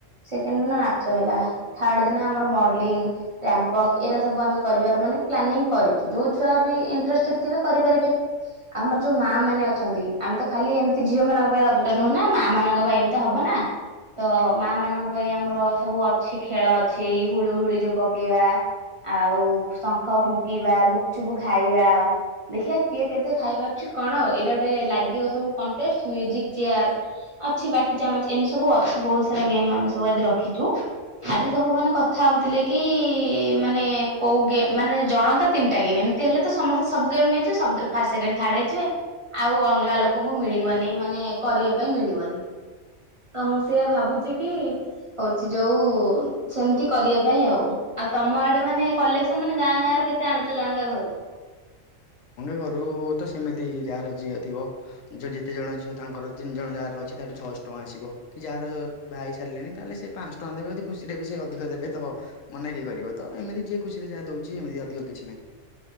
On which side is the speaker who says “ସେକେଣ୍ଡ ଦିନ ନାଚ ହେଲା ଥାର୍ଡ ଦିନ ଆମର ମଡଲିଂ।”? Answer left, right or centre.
Right